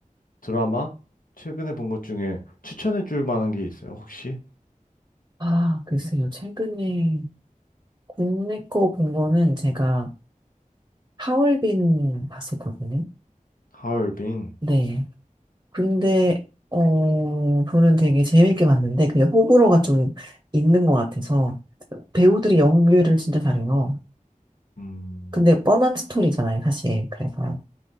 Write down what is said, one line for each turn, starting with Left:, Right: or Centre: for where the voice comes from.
Left: 드라마? 최근에 본 것 중에 추천해 줄 만한 게 있어요, 혹시?
Right: 아, 글쎄요. 최근에 국내 거 본 거는 제가 하얼빈 봤었거든요.
Left: 하얼빈.
Right: 네. 근데, 어, 저는 되게 재밌게 봤는데 그게 호불호가 좀 있는 것 같아서 배우들이 연기를 진짜 잘해요.
Left: 음,
Right: 근데 뻔한 스토리잖아요, 사실. 그래서.